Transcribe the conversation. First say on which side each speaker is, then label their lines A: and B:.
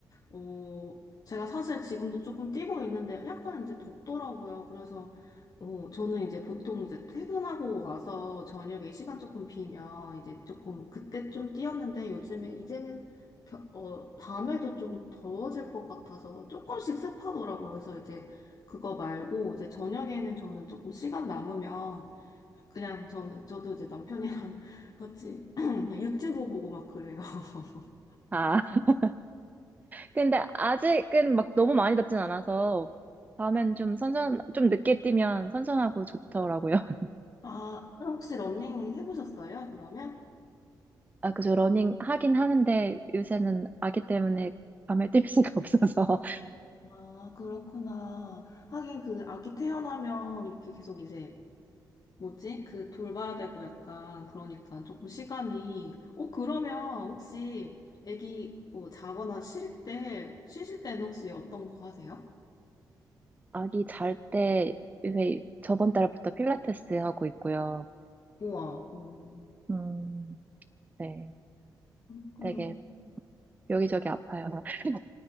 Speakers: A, on the left; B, on the right.
A: 어, 제가 사실 지금도 조금 뛰고 있는데 약간 이제 덥더라고요. 그래서, 어, 저는 이제 보통 이제 퇴근하고 와서 저녁에 시간 조금 비면 이제 조금 그때 좀 뛰었는데 요즘에 이제는 겨- 어, 밤에도 좀 더워질 것 같아서 조금씩 습하더라고요. 그래서 이제 그거 말고 이제 저녁에는 저는 조금 시간 남으면 그냥 저는, 저도 이제 남편이랑 <laughs> 같이 <clears throat> 그냥 유튜브 보고 막 그래요. <laughs>
B: 아, <laughs> 근데 아직은 막 너무 많이 덥진 않아서, 밤엔 좀 선선, 좀 늦게 뛰면 선선하고 좋더라고요. <laughs>
A: 아, 혹시 러닝 해보셨어요, 그러면?
B: 아, 그죠. 러닝 하긴 하는데 요새는 아기 때문에 밤에 뛸 수가 없어서.
A: 아, 그렇구나. 하긴 그 아기 태어나면 이렇게 계속 이제, 뭐지? 그 돌봐야 되고 약간, 그러니까 조금 시간이. 어, 그러면 혹시 아기 뭐 자거나 쉴 때, 쉬실 때는 혹시 어떤 거 하세요?
B: 아기 잘 때 요새 저번 달부터 필라테스 하고 있고요.
A: 우와. 음.
B: 음, 네.
A: 그렇구나.
B: 되게 여기저기 아파요. <laughs>